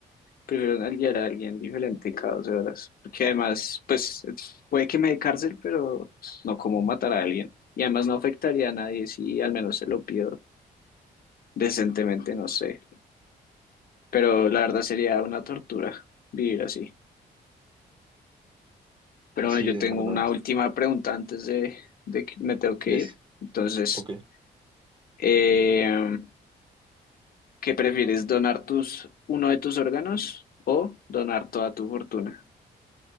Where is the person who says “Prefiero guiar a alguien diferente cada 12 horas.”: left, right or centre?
Left